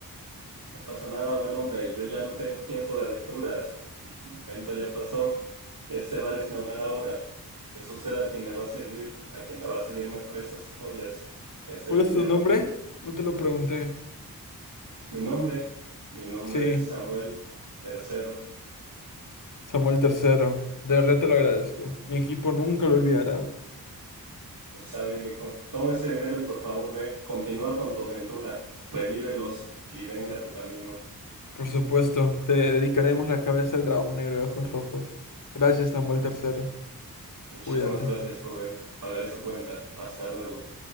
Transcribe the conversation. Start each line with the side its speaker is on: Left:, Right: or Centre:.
Right: no pasa nada, buen hombre, yo ya no tengo tiempo de aventuras, mi evento ya pasó, este bar es mi hogar ahora, que suceda a quien le va a servir, a quien le va a salir mejor estas joyas, este
Left: ¿Cuál
Right: dinero.
Left: es tu nombre? No te lo pregunté.
Right: Mi nombre, mi nombre
Left: Sí,
Right: es Samuel Tercero,
Left: Samuel tercero. De verdad te lo agradezco. Mi equipo nunca lo olvidará.
Right: está bien, hijo, toma ese dinero y por favor ve, continúa con tu aventura, revívelos y venga tu camino.
Left: Por supuesto, te dedicaremos la cabeza del dragón negro de ojos rojos. Gracias, Samuel tercero.
Right: Muchísimas
Left: Cuídate.
Right: gracias, joven. Pagaré su cuenta. Hasta luego.